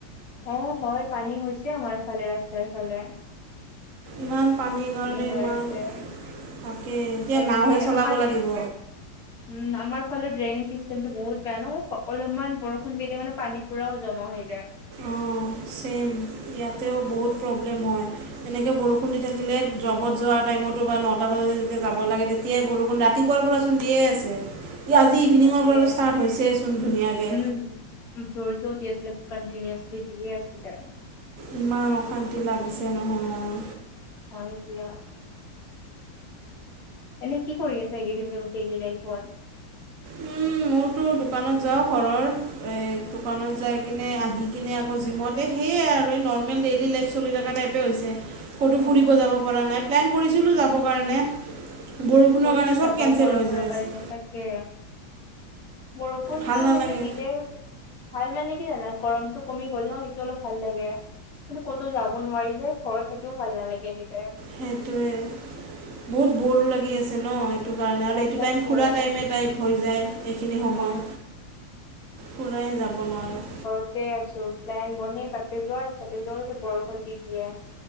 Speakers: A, on the left; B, on the right.
A: অ' হয় পানী হৈছে আমাৰ এইফালে ৰাস্তাৰ এইফালে।
B: ইমান পানী কাৰণে
A: হৈ
B: ইমান
A: আছে
B: তাকে এতিয়া
A: তাকে
B: নাওঁহে চলাব
A: আমাৰ
B: লাগিব।
A: <inaudible> উম আমাৰ ফালে ড্ৰেইনিং চিষ্টেমটো বহুত বেয়া ন' অলপমান বৰষুণ দিলে মানে পানী পুৰা জমা হৈ যায়।
B: অঁ, চেম ইয়াতেও বহুত প্ৰব্লেম হয় এনেকে বৰষুণ দি থাক যোনে জবত যোৱাৰ টাইমতো বা নটা বজাত যেতিয়া যাব লাগে তেতিয়াই বৰষুণ, ৰাতিপুৱাৰ পৰা চোন দিয়ে আছে। ই আজি ইভিনিঙৰ
A: তাকে
B: পৰা ষ্টাৰ্ট হৈছেইচোন ধুনীয়াকে।
A: উম। জোৰকেও দি আছিলে, কণ্টিনিওআচলি দিয়ে আছিলে।
B: ইমান অশান্তি লাগিছে নহয়।
A: হয়, এতিয়া এনেই কি কৰি আছা এইকেইদিন তুমি ডেইলি লাইফত?
B: উম, মোৰতো দোকানত যাওঁ ঘৰৰ এই দোকানত
A: আচ্ছা
B: যাই কিনে আহি কিনে আকৌ জিমতে সেয়েই আৰু এই নৰ্মেল ডেইলী লাইফ চলি থাকা টাইপে হৈছে। কটো
A: অ
B: ফুৰিব
A: অ
B: যাব পাৰা নাই, প্লেন কৰিছিলোঁ যাব। কাৰণে বৰষুণৰ
A: ক'তনো
B: কাৰণে চব
A: যাবা
B: কেঞ্চেল
A: বৰষুণৰ
B: হৈ যায় আছে।
A: কাৰণে তাকে বৰষুণটো
B: ভাল নালাগে
A: মানে দিলে ভাল মানে কি জানা গৰমটো কমি গ'ল ন' সেইটো অলপ ভাল লাগে। কিন্তু ক'তো যাব নোৱাৰি যে ঘৰত থাকিও ভাল নালাগে এনিটাইম।
B: সেইটোৱে বহুত বৰ লাগি আছে ন' সেইটো কাৰণে
A: সঁচাকে
B: আৰু এইটো টাইম ফুৰা টাইমে টাইপ হৈ যায়। এইখিনি সময়,
A: অ
B: ফূৰাই যাব নোৱাৰোঁ।
A: তাতে আছো প্লেন বনে তাতে যোৱাৰ তাতে যোৱাৰ বৰষুণ দি দিয়ে।